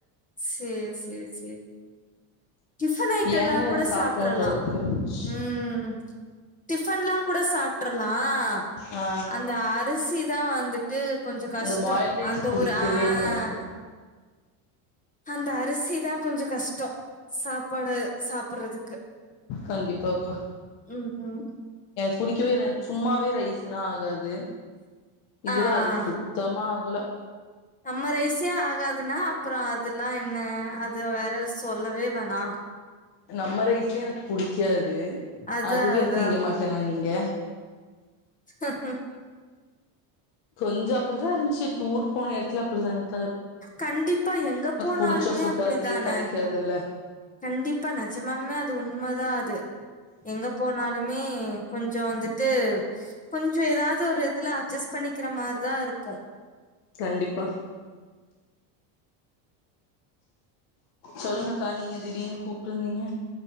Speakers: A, on the left (about 15°); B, on the left (about 65°).
A: சேர் சேர் சேர் டிபன் ஐட்டம்லாம்
B: ஏங்க அத
A: கூட
B: சாப்டோன்ற
A: சாப்ட்றலாம்
B: அளவுக்கு இருந்துச்சு
A: உம் டிபன்லாம் கூட சாப்ட்றலாம் அஹ
B: ஆ
A: அந்த அரிசி தான் வந்துட்டு கொஞ்சம் கஷ்டம்
B: அந்த பாயில் ரைஸ்
A: அந்த
B: புடிக்கவே
A: ஊர் ஆஹ
B: இல்ல எனக்கு
A: அந்த அரிசிதான் கொஞ்சம் கஷ்டம் சாப்பாடு சாப்டுறதுக்கு
B: கண்டிப்பாக்கா
A: உம் உம்
B: புடிக்கவே இல்ல சும்மாவே ரைஸ்னா ஆகாது இதுல
A: ஆ
B: அது
A: ஆ
B: சுத்தமாகல
A: நம்ம ரைஸே ஆகாதுனா அப்புறம் அதெல்லாம் என்ன அத வேற சொல்லவே வேணாம்
B: நம்ம ரைஸே எனக்கு புடிக்காது
A: அதா
B: அதுவே
A: அதா
B: திங்க மாட்டேன் நான் இங்க
A: ஹஹ
B: கொஞ்சம் அப்டிதான் இருந்துச்சு டூர் போன இடத்துல அப்டிதான் இரு
A: கண்டிப்பா எங்க போனாலுமே
B: புடிச்ச ஃபுட்டாவே
A: அப்டிதானே
B: கெடைக்காதுல்ல
A: கண்டிப்பா நெஜமானாலுமே அது உண்மைதான் அது எங்க போனாலுமே கொஞ்சம் வந்து டு கொஞ்சம் ஏதாவது ஒரு இதுல அட்ஜஸ்ட் பண்ணிக்கிற மாரிதான் இருக்கும்
B: கண்டிப்பா சொல்லுங்கக்கா
A: ம்
B: நீங்க திடீர்னு கூப்டுருந்தீங்க